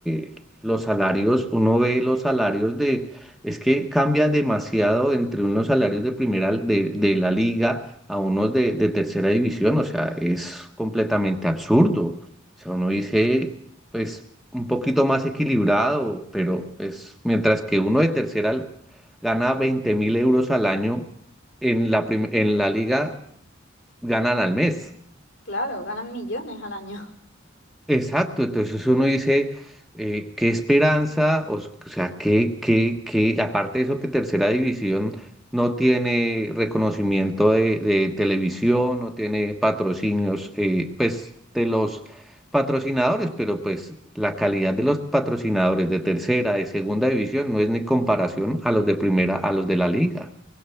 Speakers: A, in the centre; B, on the left.
A: eh, los salarios, uno ve los salarios de, es que cambia demasiado entre unos salarios de primera, de, de la liga a unos de, de tercera división, o sea, es completamente absurdo. O sea, uno dice, pues un poquito más equilibrado, pero pues mientras que uno de tercera gana veinte mil euros al año, en la, prim- en la liga ganan al mes.
B: Claro, ganan millones al año.
A: Exacto, entonces uno dice, eh, qué esperanza, o, s- o sea, que, que, que, aparte de eso que Tercera División no tiene reconocimiento de, de televisión, no tiene patrocinios, eh, pues de los patrocinadores, pero pues la calidad de los patrocinadores de Tercera, de Segunda División no es ni comparación a los de Primera, a los de la Liga.